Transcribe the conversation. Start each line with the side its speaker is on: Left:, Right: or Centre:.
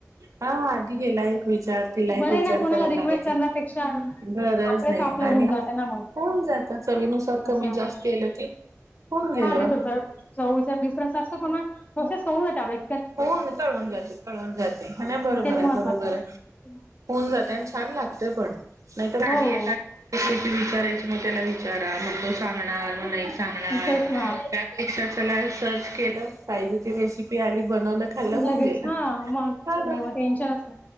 Right: हा आधी हेला एक विचार तिला
Left: ते बरे
Right: विचार
Left: ना कोणाला
Right: करायला
Left: रिक्वेस्ट
Right: लागाय.
Left: करण्यापेक्षा
Right: गरज
Left: आपलंच
Right: नाही
Left: आपलं होऊन
Right: आणि होउन
Left: जातं ना मग
Right: जात. चवीनुसार कमी
Left: असं
Right: जास्त आल की होऊन गेलं.
Left: हा ते पण बरोबर, चवीचा डिफरन्स असतो. पण मग प्रोसेस होऊ दे त्यावेळी
Right: हो कळून जाते कळून जाते. आणि बरोबर
Left: तेच
Right: आहे.
Left: महत्त्वाचं
Right: बरोबर
Left: असतं
Right: आहे. होऊन जाते आणि छान लागते पण नाही तर
Left: हो
Right: आधी एखादी विचारायची मग त्याला विचारा मग तो सांगणार. मग
Left: हो
Right: नाही सांगणार
Left: तेच ना
Right: त्यापेक्षा चला सर्च केलं. सायलीची रेसिपी आली. बनवलं खाल्लं होऊन
Left: लगेच,
Right: गेलं
Left: हा मग,
Right: हा
Left: नाही
Right: ना
Left: मग टेन्शनच नाही.